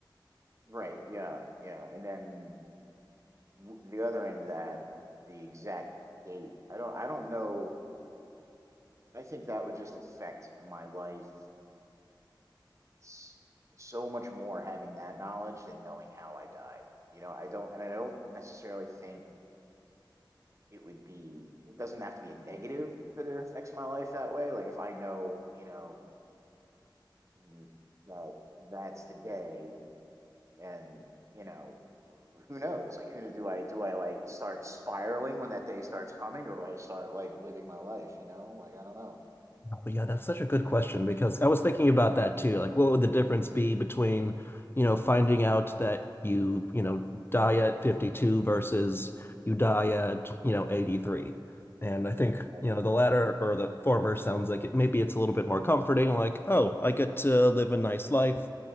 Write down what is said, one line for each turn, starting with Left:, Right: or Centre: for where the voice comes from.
Right: Right. Yeah. Yeah. And then w- the other end of that, the exact date. I don't I don't know. I think that would just affect my life s- so much more having that knowledge than knowing how I died. You know, I don't and I don't necessarily think it would be it doesn't have to be a negative that it affects my life that way. Like if I know, you know, mm, that that's the day and you know who knows like who kn- do i do i like start spiraling when that day starts coming or do i start like living my life you know like i don't know
Left: But yeah, that's such a good question because I was thinking about that too. Like, what would the difference be between, you know, finding out that you, you know, die at 52 versus you die at, you know, 83? And I think,
Right: Well,
Left: you know, the latter or the former sounds like it maybe it's a little bit more comforting, like, oh, I get to live a nice life.